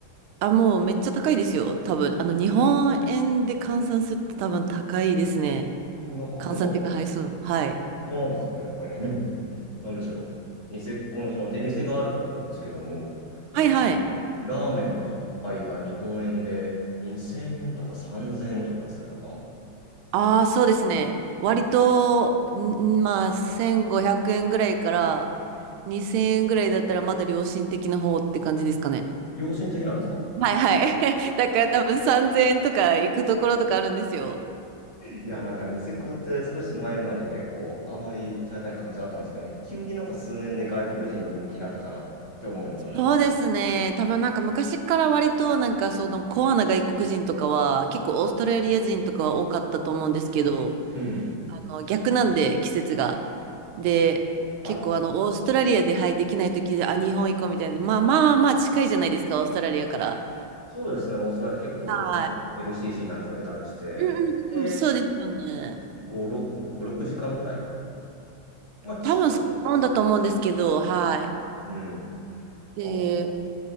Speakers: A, on the right (about 85°); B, on the left (about 35°).
A: あ、もうめっちゃ高いですよ。多分。あの、日本円で換算すると多分高いですね。
B: なんかやっぱ
A: 換算っていうか、はい、そう。はい。
B: 当なんですかね、やっぱりね。<laughs> なんでしょう。ニセコのその出店があると思うんですけども、なんか
A: はいはい。
B: ラーメン一杯が日本円で2000円とか3000円とかするとか、
A: ああ、そうですね。割と、んまあ、1500円ぐらいから2000円ぐらいだったらまだ良心的な方って感じですかね。
B: 良心的なんですか
A: はいはい。<laughs> だから多分3000円とか行くところとかあるんですよ。
B: いや、なんかニセコって少し前まで結構あまりされてない感じだったんですけども、急になんか数年で外国人に人気になったかなって思うんですよね。
A: そうですね。多分なんか昔から割となんかそのコアな外国人とかは結構オーストラリア人とかは多かったと思うんですけど、
B: うん。
A: の逆なんで、季節が。で、結構あの、
B: あ、
A: オーストラリアで、はい、できない時で、あ、日本行こうみたいな。まあまあまあ近いじゃないですか、オーストラリアから。
B: そうですね、オーストラリア結構日本から
A: はい。
B: LCC なんとか出たりして、
A: うん
B: で、
A: うんうん、そうですよね。
B: 5、6、5、6時間ぐらい。まあ近いんです
A: 多分そんなもんだと思うんですけど、はい。
B: うん。
A: で、
B: あ、